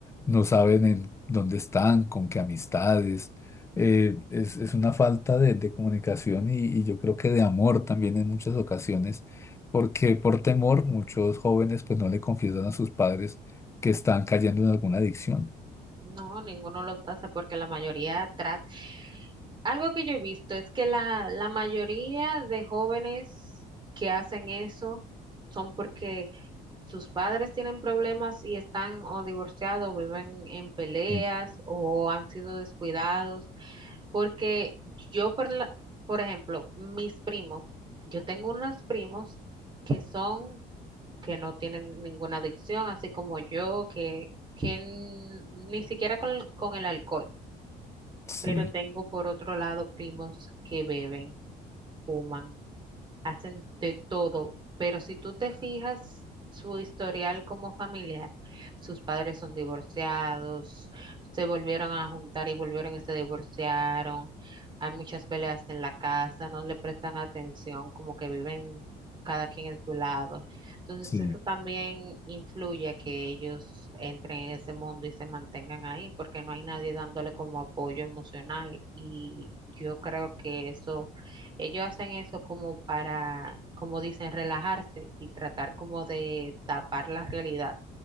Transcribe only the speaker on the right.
No, ninguno los hace porque la mayoría trata. Algo que yo he visto es que la, la mayoría de jóvenes que hacen eso son porque sus padres tienen problemas y están o divorciados, viven en peleas
o han sido descuidados. Porque yo, por, la- por ejemplo, mis primos, yo tengo unos primos que son que no tienen ninguna adicción, así como yo, que, que n- ni siquiera con, con el alcohol.
Pero tengo por otro lado primos que beben, fuman hacen de todo, pero si tú te fijas su historial como familiar, sus padres son divorciados, se volvieron a juntar y volvieron y se divorciaron, hay muchas peleas en la casa, no le prestan atención, como que viven cada quien en su lado. Entonces
eso también influye a que ellos entren en ese mundo y se mantengan ahí, porque no hay nadie dándole como apoyo emocional y yo creo que eso ellos hacen eso como para, como dicen, relajarse y tratar como de tapar la realidad